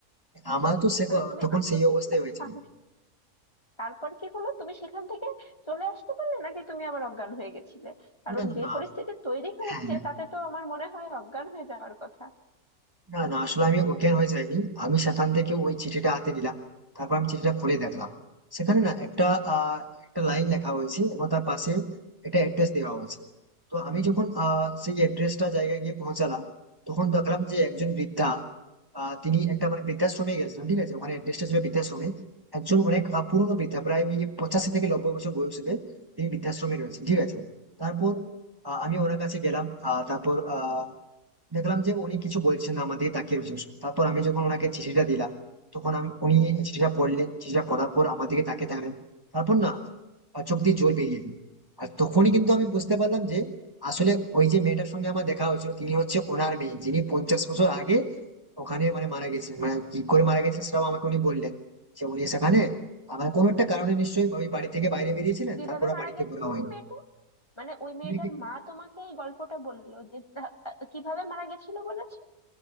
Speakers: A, on the left; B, on the right.
A: এটা
B: আমার
A: তো
B: তো সে
A: মানে তুমি
B: তখন
A: আসলে
B: সেই অবস্থায়
A: খুব
B: হয়েছিল
A: সাহসী তারপর কি হলো তুমি সেখান থেকে চলে আসতে পারলে নাকি তুমি আবার অজ্ঞান হয়ে গেছিলে কারণ
B: না না
A: যে
B: না
A: পরিস্থিতি তৈরি হয়েছে
B: হ্যাঁ
A: তাতে তো আমার মনে হয় অজ্ঞান হয়ে যাওয়ার কথা
B: না না আসলে আমি অজ্ঞান হয়ে যাইনি আমি সেখান থেকে ওই চিঠিটা হাতে নিলাম তারপর আমি চিঠিটা খুলে দেখলাম সেখানে না একটা আহ, একটা লাইন লেখা হয়েছে এবং তার পাশে একটা অ্যাড্রেস দেওয়া হয়েছে তো আমি যখন আহ, সেই অ্যাড্রেসটা জায়গায় গিয়ে পৌঁছালাম তখন দেখলাম যে একজন বৃদ্ধা আহ, তিনি একটা মানে বৃদ্ধাশ্রমে গেছিলেন ঠিক আছে ওখানে অ্যাড্রেসটা ছিল বৃদ্ধাশ্রমে একজন অনেক আহ, পুরনো বৃদ্ধা প্রায় ওই পঁচাশি থেকে নব্বই বছর বয়স হবে তিনি বৃদ্ধাশ্রমে রয়েছেন ঠিক আছে তারপর আহ, আমি ওনার কাছে গেলাম আহ, তারপর আহ দেখলাম যে উনি কিছু বলছেন না আমাদের তাকিয়ে রয়েছেন শুধু। তারপর আমি যখন ওনাকে চিঠিটা দিলাম তখন আমি উনি চিঠিটা পড়লেন চিঠিটা পড়ার পর আমার দিকে তাকিয়ে থাকলেন তারপর না আর চোখ দিয়ে জল বেরিয়ে এলো। আর তখনই কিন্তু আমি বুঝতে পারলাম যে আসলে ওই যে মেয়েটার সঙ্গে আমার দেখা হয়েছিল তিনি হচ্ছে ওনার মেয়ে যিনি পঞ্চাশ বছর আগে ওখানে মানে মারা গেছিলেন মানে কি করে মারা গেছেন সেটাও আমাকে উনি বললেন যে উনি সেখানে আমার কোনো একটা কারণে নিশ্চয়ই ওই বাড়ি থেকে বাইরে বেরিয়েছিলেন
A: কিভাবে
B: তারপর আর
A: মারা
B: বাড়িতে
A: গেছিল
B: ঘোরা হয়নি
A: ওই মেয়েটা মানে ওই মেয়েটার
B: তিনি
A: মা তোমাকে এই গল্পটা বললো যে তা- কিভাবে মারা গেছিল বলেছে